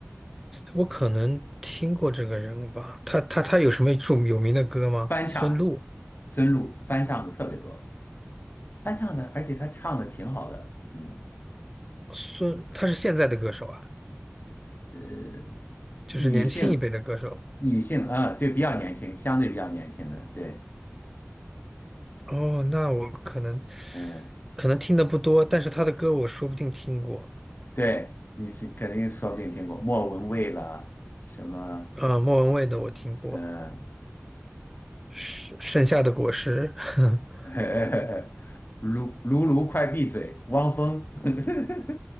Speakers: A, in the centre; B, on the left.
A: 我可能听过这个人物吧。他他他有什么著有名的歌吗？
B: 翻唱，
A: 孙露，
B: 孙露翻唱的特别多，翻唱的，而且她唱的挺好的。嗯
A: 孙，他是现在的歌手啊，
B: 呃，
A: 就是年轻一辈的歌手。
B: 女性女性啊，对，比较年轻，相对比较年轻的，对。
A: 哦，那我可能
B: 嗯，
A: 可能听的不多，但是他的歌我说不定听过。
B: 对，你是肯定说不定听过莫文蔚啦，什么，
A: 啊、莫文蔚的我听过，
B: 嗯、
A: 是《盛夏的果实》<laughs>
B: 呃，<laughs> 卢卢卢快闭嘴，汪峰，<laughs>